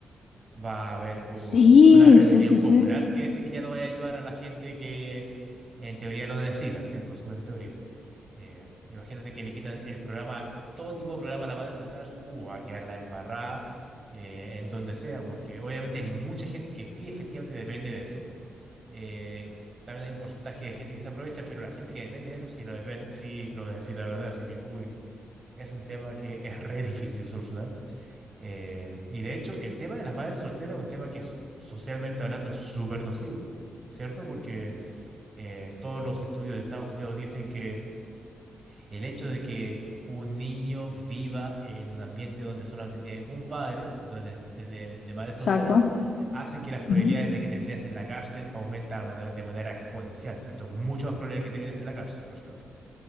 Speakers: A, on the right (about 45°); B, on the left (about 65°).
A: Va a haber un-
B: Sí,
A: una rebelión
B: sí, sí,
A: popular,
B: sí,
A: es que decir que ya no va a ayudar a la gente que en teoría lo necesita, ¿cierto? Súper en teoría. Eh, imagínate que le quitan el programa, todo tipo de programa a la madre soltera, uh, va a quedar la embarrada eh, en donde sea, porque obviamente hay mucha gente que sí efectivamente depende de eso. Eh, también hay un porcentaje de gente que se aprovecha, pero la gente que depende de eso sí lo, depen- sí lo necesita, ¿verdad? Así que, uy, es un tema que es re difícil solucionar. Eh, y de hecho, el tema de las madres solteras es un tema que es, socialmente hablando es súper nocivo, ¿cierto? Porque eh, todos los estudios de Estados Unidos dicen que el hecho de que un niño viva en un ambiente donde solamente tiene un padre, donde es es de, de madre soltera,
B: exacto.
A: hacen que las probabilidades
B: Ujú.
A: de que termines en la cárcel aumentan de manera de manera exponencial, ¿cierto? Mucho más probable que termines en la cárcel, por si acaso.